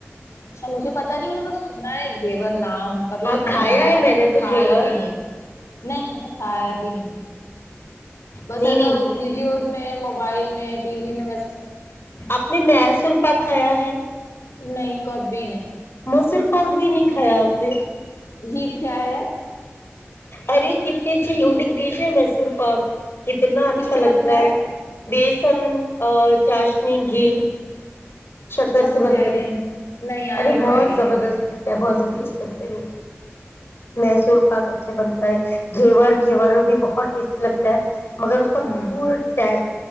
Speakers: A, on the left; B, on the left.
A: اچھا مجھے پتا نہیں میں نے تو سنا ہے گھیور نام کبھی
B: ہاں کھایا
A: بنایا
B: ہے میں نے
A: کھایا
B: تو گھیور
A: بھی نہیں ہے نہیں میں نے کھایا بھی نہیں ہے بس
B: نہیں
A: ایسا
B: نہیں
A: ویڈیوز میں موبائل میں ٹی وی میں ویسا
B: اپ نے م سر پایا ہے
A: نہیں کبھی نہیں
B: مسر پاگ بھی نہیں کھایا آپ نے
A: ج <inaudible> چائے
B: ارے کتتیچ یونک ڈش ہے مسور پاک کتنا اچھا
A: کس سے بنتا
B: لگتا ہے بیس پسن چاشنی گھی شکر
A: اچھا
B: سے
A: مجھے
B: بنتا
A: آئیڈیا
B: ہے
A: نہیں آئی
B: ارے
A: ہیو نو
B: بہت
A: آئیڈیا
B: زبردست لگتا ہے بہت زبر میسور پاک اچھا بنتا ہے گھیور گھیور بھی بہت ٹیسٹی لگتا ہے مگر اس کا
A: ہوں
B: پورا ٹ